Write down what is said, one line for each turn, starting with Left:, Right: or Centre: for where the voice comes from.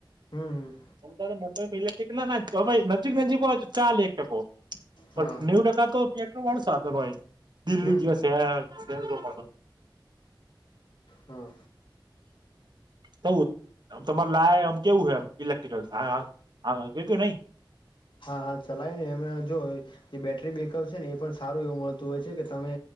Left: હમ હમ
Right: અમદાવાદમાં મોટા ઈલેક્ટ્રીક ના નાખ તો ભાઈ નજીક નજીક હોય તો ચાલે એક ટકો. પણ
Left: હા
Right: નેવું ટકા તો પેટ્રોલવાળું જ સાધન હોય. દિલ્હી
Left: હમ
Right: જેવા શહેર શહેરોમાં તો
Left: હા
Right: તું આમ તમારે લાયા આમ કેવું હે આમ ઇલેક્ટ્રિકલ હા હાંકયુ કે નહીં?
Left: હા હા ચલાઈને એમે જો જે બેટરી બેકઅપ છે ને એ પણ સારું એવું મળતું હોય છે કે તમે